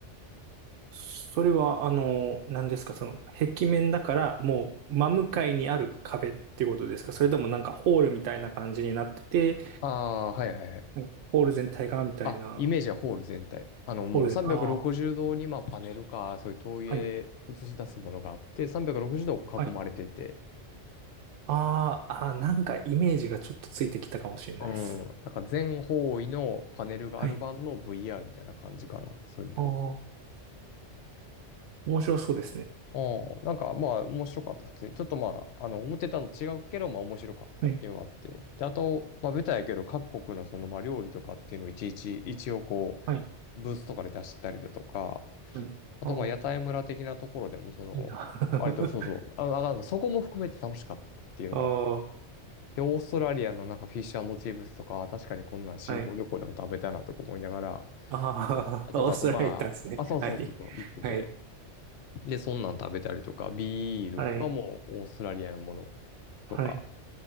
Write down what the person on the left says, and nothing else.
ああ、はいはいはい。
あ、イメージはホール全体。あの、もう360度に、
まあ、パネルか、そういう投影映し出すものがあって、
360度囲まれてて、
うん。なんか全方位のパネルがある版の
VR みたいな感じかな。そういう意で
うん。なんか、まあ、面白かった。普通に。ちょっとまあ、あの、思ってたのと違うけど、まあ、面白かったっていうのがあって。
で、あと、まあ、ベタやけど、各国のその、まあ、料理とかっていうのをいちいち、一応こう、
ブースとかで出してたりだとか、
あと、
まあ、屋台村的なところでも、その、
割と、そうそう、あ、なんか、そこも含めて楽しかったっていうのが。
で、オーストラリアのなんかフィッシュチップスとか、確かにこんなん新興旅行でも食べたなとか思いながら、
あとか、
あと、まあ、あ、そうそうそうそう、
行ってて。
で、そんなん食べたりとか、ビールとかもオーストラリアのもの
とか。